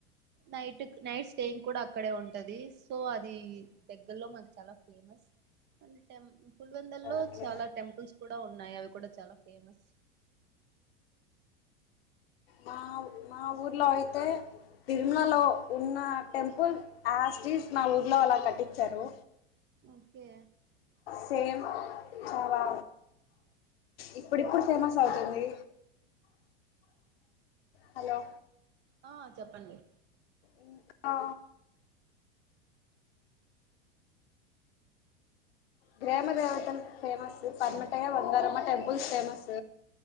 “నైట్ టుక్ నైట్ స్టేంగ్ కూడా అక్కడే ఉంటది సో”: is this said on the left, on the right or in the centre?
Right